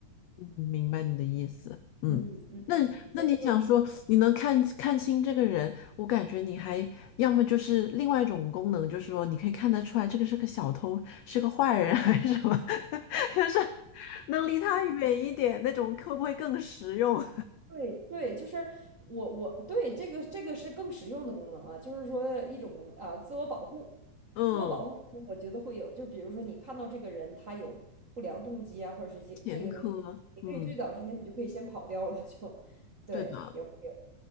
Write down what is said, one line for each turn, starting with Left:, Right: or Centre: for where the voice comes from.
Left: 嗯明白你的意思，嗯，
Right: 嗯嗯嗯，
Left: 那那你想说你能看看清这个人，
Right: 嗯这个
Left: 我感觉你还要么就是另外一种功能，就是说你可以看得出来这个是个小偷，是个坏人还是什么，<laughs> 就是能离他远一点那种，会不会更实用？
Right: 对对，就是我我对这个这个是更实用的功能了，就是说一种啊、呃自我保护，
Left: <laughs> 嗯，
Right: 自我保护功能我觉得会有，就比如说你看到这个人他有不良动机啊，或者是这这个东西，
Left: 前科，
Right: 你可以最早之前你就可以先跑掉了，
Left: 嗯，
Right: 就对也会有，
Left: 对的。